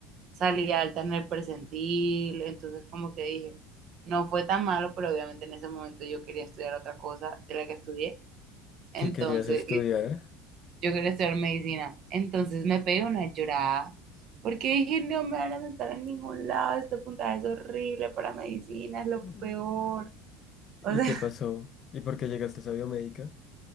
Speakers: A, on the right (about 50°); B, on the left (about 45°).
A: salí alta en el percentil, entonces como que dije, no fue tan malo, pero obviamente en ese momento yo quería estudiar otra cosa de la que estudié, entonces
B: ¿Qué querías estudiar?
A: yo quería estudiar medicina. Entonces me pegué una llorada porque dije, no me van a sentar en ningún lado, este puntaje es horrible para medicina, es lo
B: Mm.
A: peor.
B: ¿Y
A: O sea,
B: qué pasó? ¿Y por qué llegaste a esa biomédica?